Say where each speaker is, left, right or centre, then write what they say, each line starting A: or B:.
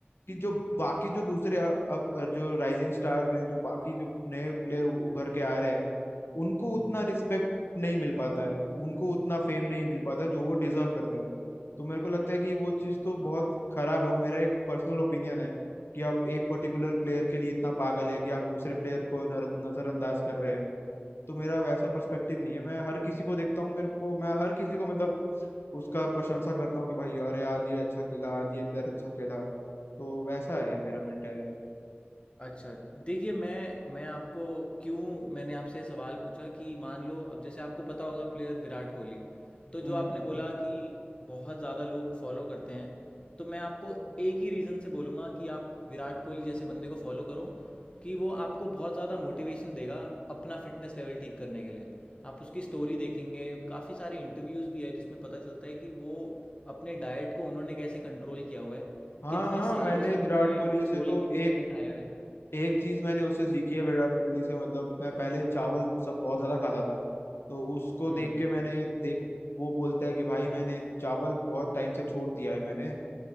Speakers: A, on the left (about 75°); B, on the left (about 25°).
A: कि जो बाकी जो दूसरे अ- अ- जो राइजिंग स्टार्स हैं जो बाकी जो नए प्लेयर उभर के आ रहे हैं उनको
B: हुँ।
A: उतना रिस्पेक्ट नहीं मिल पाता है उनको उतना फेम नहीं मिल पाता जो वो डिजर्व करते हैं तो मेरे को लगता है कि वो चीज़
B: बिल्कुल सही
A: तो बहुत
B: बात है।
A: खराब है वो मेरा एक पर्सनल ओपिनियन है कि आप एक पर्टिकुलर प्लेयर के लिए इतना पागल है कि आप दूसरे प्लेयर को नर- नजरअंदाज कर रहे हैं तो मेरा वैसा पर्सपेक्टिव नहीं है मैं हर किसी को देखता हूँ मेरे को मैं हर किसी को मतलब उसका प्रशंसा करता हूँ कि भाई अरे आज ये अच्छा खेला आज ये प्लेयर अच्छा खेला तो वैसा है मेरा मेंटेलिटी
B: अच्छा, देखिए मैं मैं आपको क्यों मैंने आपसे सवाल पूछा कि मान लो अब जैसे आपको पता होगा प्लेयर विराट कोहली, तो
A: हम्म
B: जो आपने बोला कि बहुत ज़्यादा लोग फॉलो करते हैं, तो मैं आपको एक ही रीज़न से बोलूँगा कि आप विराट कोहली जैसे बंदे को फॉलो करो कि वो आपको बहुत ज़्यादा मोटिवेशन देगा अपना फिटनेस लेवल ठीक करने के लिए। आप उसकी स्टोरी देखेंगे, काफ़ी सारे इंटरव्यूज़ भी है जिसमें पता चलता है कि वो अपने डाइट को उन्होंने कैसे कंट्रोल किया हुआ है,
A: हाँ
B: कितने
A: हाँ
B: सालों
A: मैंने
B: से
A: विराट
B: उन्होंने
A: कोहली
B: छोले
A: से तो
B: भटूरे
A: एक
B: नहीं खाए हुए
A: एक चीज मैंने उससे सीखी है विराट कोहली से मतलब मैं पहले चावल सब बहुत ज्यादा खाता था तो उसको
B: हुँ।
A: देख के मैंने देख वो बोलता है कि भाई मैंने चावल बहुत टाइम से छोड़ दिया है मैंने